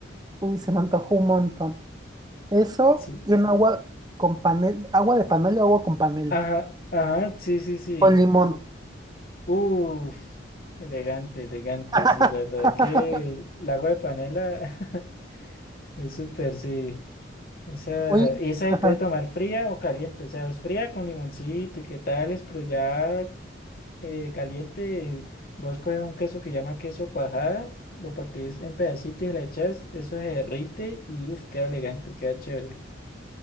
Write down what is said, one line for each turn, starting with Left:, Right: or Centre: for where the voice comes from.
Right: Uy, se me antojó un montón. Eso
Left: Sí.
Right: y un agua con panela, agua de panela, agua con panela,
Left: Ajá, ajá, sí, sí, sí.
Right: con limón.
Left: Uf, elegante, elegante,
Right: <laughs>
Left: sí, la verdad que el agua de panela <laughs> es súper, sí. Esa,
Right: Oye,
Left: y esa se
Right: ajá.
Left: puede tomar fría o caliente, o sea, es fría con limoncito y qué tales, pero ya eh, caliente, vos coges un queso que llama queso cuajada, lo partís en pedacitos y le echas, eso se derrite y uf, queda elegante, queda chévere.